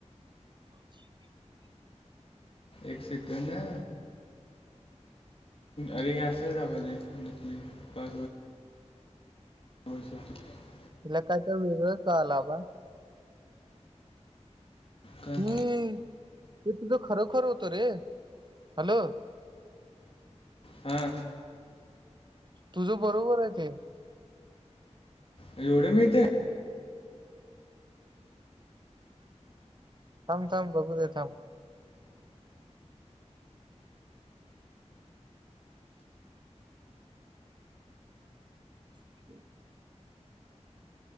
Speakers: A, on the right; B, on the left.
A: <inaudible>
B: एक सीट ना अरे असे लावाले <inaudible> न पा हो <inaudible>
A: तिला काय तर वेगळं कळाला बा <unintelligible>
B: काय
A: हम्म ते तुझं खरोखर होत रे हॅलो.
B: हा
A: तुझं बरोबर आहे. ते
B: एवढ्या! मीरच्या
A: थाम थाम बघू दे? थाम हम् <inaudible>